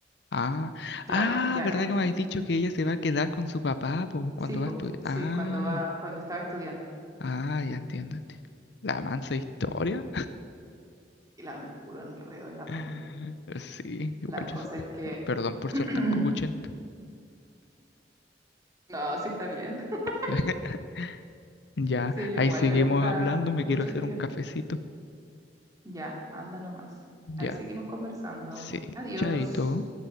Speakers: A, on the left (about 65°); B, on the right (about 20°).
A: Ah,
B: claro,
A: ah,
B: ya.
A: ¿verdad que me habéis dicho que ella se va a quedar con su papá, pues, cuando
B: Sí, pues,
A: va a estudiar?
B: sí,
A: Ah,
B: cuando va, cuando estaba estudiando.
A: ah, ya entiendo, entiendo. La mansa historia.
B: Y la puro enredo en la
A: <laughs>
B: familia.
A: Sí, igual
B: La cosa
A: yo, sé-
B: es que
A: perdón por
B: <clears throat>
A: ser tan copuchento.
B: no, sí está bien. <laughs>
A: <laughs> Ya,
B: Sí, igual
A: ahí seguimos
B: le gusta
A: hablando, me
B: copuchentear.
A: quiero hacer un cafecito.
B: Ya, anda nomás.
A: Ya,
B: Ahí seguimos conversando.
A: sí,
B: Adiós.
A: chaito.